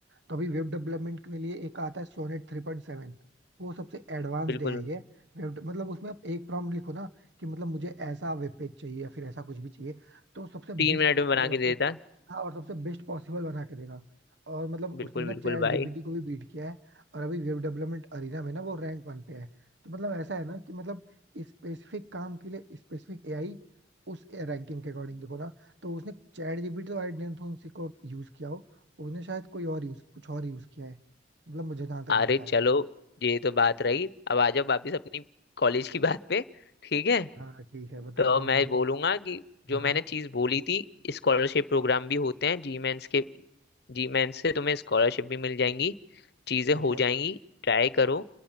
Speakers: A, on the right (about 70°); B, on the left (about 60°).
A: तो अभी वेब डेवलपमेंट के लिए एक आता है सोनेट थ्री पॉइंट सेवन वो सबसे एडवांस्ड
B: बिल्कुल
A: है ये वेब मतलब उसमें आप एक प्रॉम्प्ट लिखो ना कि मतलब मुझे ऐसा वेब पेज चाहिए या फिर ऐसा कुछ भी चाहिए तो सबसे
B: तीन
A: बेस्ट
B: मिनट
A: पॉसिबल
B: में बना के
A: आपको
B: दे देता
A: हाँ और सबसे बेस्ट पॉसिबल बना के देगा और मतलब उसने
B: बिल्कुल
A: ना
B: बिल्कुल
A: चैट
B: भाई
A: जीपीटी को भी बीट किया है और अभी वेब डेवलपमेंट अरीना में ना वो रैंक वन पे है तो मतलब ऐसा है ना कि मतलब स्पेसिफिक काम के लिए स्पेसिफिक एआई उस रैंकिंग के अकॉर्डिंग देखो ना तो उसने चैट जीपीटी तो आई डोंट थिंक यूज किया हो उसने शायद कोई और यूज कुछ और यूज किया है मतलब मुझे जहां तक
B: अरे
A: लगता है
B: चलो ये तो बात रही अब आ जाओ वापिस अपनी कॉलेज की बात पे ठीक है
A: हाँ ठीक है बता
B: तो
A: दो
B: मैं
A: मतलब
B: बोलूंगा कि जो
A: हाँ
B: मैंने चीज बोली थी स्कॉलरशिप प्रोग्राम भी होते हैं जी मेंस के जी मेंस से तुम्हें स्कॉलरशिप भी मिल जाएंगी चीजें
A: ठीक
B: हो
A: है
B: जाएंगी ट्राई करो